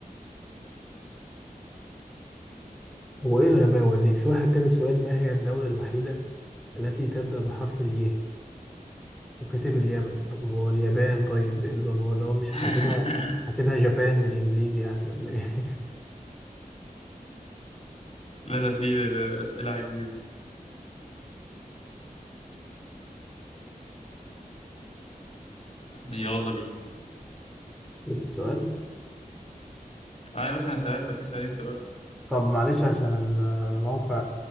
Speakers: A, in the centre; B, on the left (about 45°).
A: هو ايه الغباوة دي؟ في واحد كاتب سؤال ما هي الدولة الوحيدة التي تبدأ بحرف الياء وكاتب اليمن طب هو اليابان طيب ايه نظام هو اللي هو مش
B: <laughs>
A: حاسبها حاسبها جابان بالانجليزي يعني ولا ايه؟ <laughs>
B: لا ده فيه أسئلة عجيبة يلا بينا
A: جبت سؤال
B: اه يا باشا أنا سألتك اسأل أنت بقى
A: طب معلش عشان ال- الموقع